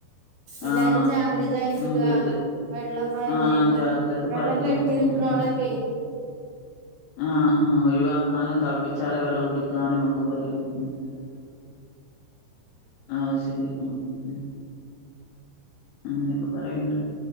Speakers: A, on the right (about 80°); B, on the left (about 80°).
A: എല്ലാരും
B: ആഹ്
A: ജാഗ്രതായിരിക്ക
B: മുൻകരുത്
A: വെള്ളം അതന്നെ
B: ആഹ് ജാഗ്രത
A: വെള്ളം
B: പാലിക്ക
A: കെട്ടി
B: ഉം ഉം
A: നിക്കണോടൊക്കെ
B: ഉം ആഹ് ആഹ് ഒഴിവാക്കാനും തിളപ്പിച്ചാറെേ വെള്ളം കുടിക്ക <unintelligible> ഉം ആഹ് ശെരി ആഹ് ഉം അങ്ങനെയൊക്കെ പറയണ്ട്